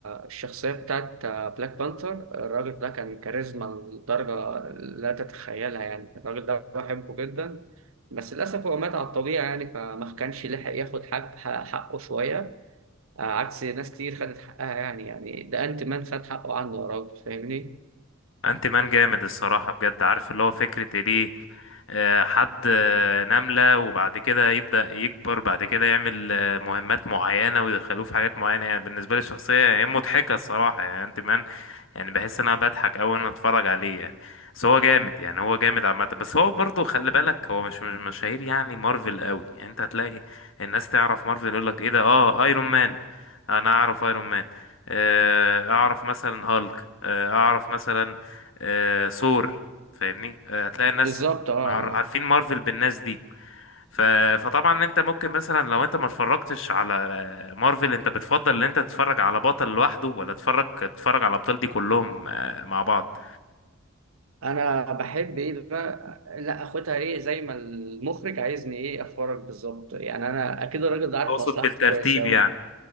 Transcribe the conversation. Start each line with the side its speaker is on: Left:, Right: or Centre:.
Right: الشخصيه بتاعت بلاك بانثر الراجل ده كان كاريزما لدرجه لا تتخيلها يعني الراجل ده بحبه جدا بس للاسف هو مات على الطبيعه يعني فما كانش لحق ياخد حق حق- حقه شويه آه، عكس ناس كتير خدت حقها يعني يعني ده انت مان خد حقه عنه يا راجل فاهمني
Left: انت مان جامد الصراحة بجد عارف اللي هو فكرة إيه ليه آه، حد آه، نملة وبعد كده يبدأ يكبر بعد كده يعمل آه، مهمات معينة ويدخلوه في حاجات معينة يعني بالنسبة لي الشخصية هي مضحكة الصراحة يعني انت مان يعني بحس ان انا بضحك اوي وانا اتفرج عليه يعني بس هو جامد يعني هو جامد عامة بس هو برضه خلي بالك هو مش مش مشاهير يعني مارفل قوي يعني انت هتلاقي الناس تعرف مارفل يقول لك ايه ده اه ايرون مان انا اعرف ايرون مان آه، اعرف مثلا هالك آه، اعرف مثلا آه، ثور فاهمني آه، هتلاقي الناس
Right: بالظبط اه
Left: مع عارفين مارفل بالناس دي ف... فطبعا انت ممكن مثلا لو انت ما اتفرجتش على مارفل انت بتفضل ان انت تتفرج على بطل لوحده ولا تتفرج تتفرج على الابطال دي كلهم آه، مع بعض
Right: انا بحب ايه بقى لا اخدها ايه زي ما المخرج عايزني ايه افرج بالظبط يعني انا اكيد الراجل ده عارف
Left: اقصد
Right: مصلحتي
Left: بالترتيب
Right: كويس اوي
Left: يعني